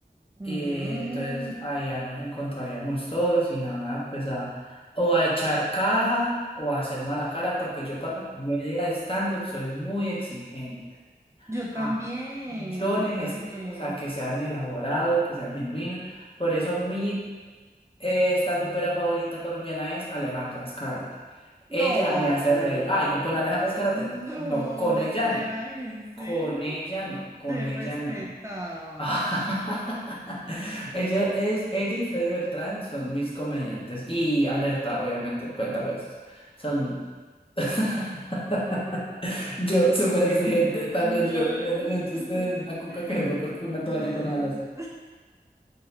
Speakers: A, on the right; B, on the left.
A: Mm.
B: Y entonces allá nos encontraríamos todos y nada, pues a o a echar caja o a hacer mala cara, porque yo para la comedia de stand-up soy muy exigente.
A: Yo
B: Ah,
A: también,
B: yo
A: yo
B: necesito,
A: también.
B: o sea, que sean elaborados, que sean genuinos. Por eso mi eh, stand-upera favorita colombiana es Alejandra Azcárate.
A: No,
B: Ella me hace reír. Ay, no, con Alejandra Azcárate
A: no,
B: no. No, con ella
A: Esteban,
B: no.
A: ¿en serio?
B: Con ella no. Con
A: Te
B: ella
A: respetaba.
B: no. <laughs> Ella es ella y Freddy Beltrán son mis comediantes y Alerta, obviamente, el cuentacuentos. Son <laughs> yo súper exigente,
A: Eh,
B: también
A: No,
B: yo riéndome
A: s- <laughs>
B: de un chiste de una cuca que se fue porque una
A: em,
B: toalla con alas.